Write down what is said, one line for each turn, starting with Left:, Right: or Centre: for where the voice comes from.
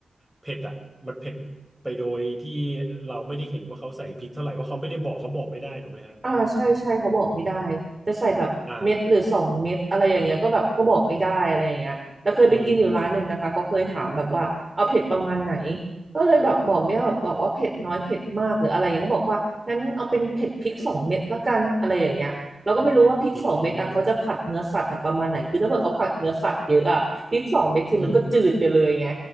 Centre: เผ็ดอ่ะมันเผ็ดไปโดยที่เราไม่ได้เห็นว่าเขาใส่พริกเท่าไหร่เพราะเขาไม่ได้บอกเขาบอกไม่ได้ถูกไหมฮะ
Right: อ่าใช่ใช่เขาบอกไม่ได้จะใส่แบบเม็ดหรือสองเม็ดอะไรอย่างเงี้ยก็แบบก็บอกไม่ได้อะไรอย่างเงี้ยแต่เคยไปกินอยู่ร้านหนึ่งนะคะเขาเคยถามแบบว่าเอาเผ็ดประมาณไหน
Centre: อ่าอืม
Right: ก็เลยแบบบอกไม่ได้แบบบอกว่าเผ็ดน้อยเผ็ดมากหรืออะไรอย่างเงี้ยเขาบอกว่างั้นเอาเป็นเผ็ดพริกสองเม็ดละกันอะไรอย่างเงี้ยเราก็ไม่รู้ว่าพริกสองเม็ดอะเขาจะผัดเนื้อสัตว์อะประมาณไหนคือถ้าเกิดเขาผัดเนื้อสัตว์เยอะอะพริกสองเม็ดคือมันก็จืดไปเลยไง
Centre: อืมอืม